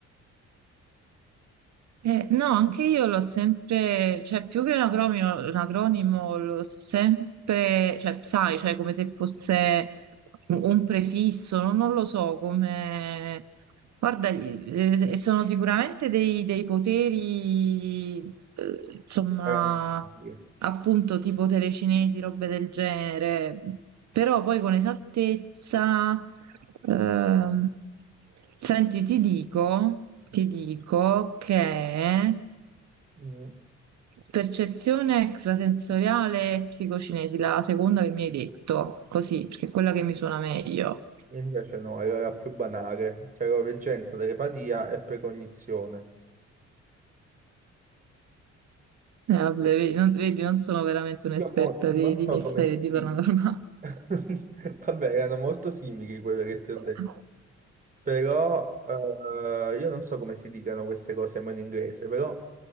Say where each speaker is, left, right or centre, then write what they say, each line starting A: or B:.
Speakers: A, on the right (about 65°); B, on the right (about 25°).
A: Eh, no, anche io l'ho sempre, cioè più che un acronimo, un acronimo l'ho sempre, cioè sai, cioè come se fosse un un prefisso, non, non lo so, come... Guarda, eh, sono sicuramente dei, dei poteri, eh, insomma,
B: Era normale.
A: appunto tipo telecinesi, robe del genere, però poi con esattezza... ehm, Senti, ti dico, ti dico che
B: Mm.
A: percezione extrasensoriale e psicocinesi, la seconda che mi hai detto, così, perché è quella che mi suona meglio.
B: Invece no, era la più banale. Chiaroveggenza, telepatia e precognizione.
A: Eh, vabbè, vedi, non, vedi, non sono veramente un'esperta
B: Io mo
A: di,
B: non
A: di
B: so
A: misteri
B: come
A: e di
B: si...
A: paranormale.
B: <laughs> Vabbè, erano molto simili quelle che ti ho
A: <laughs>
B: detto. Però eh, io non so come si dicano queste cose ma in inglese, però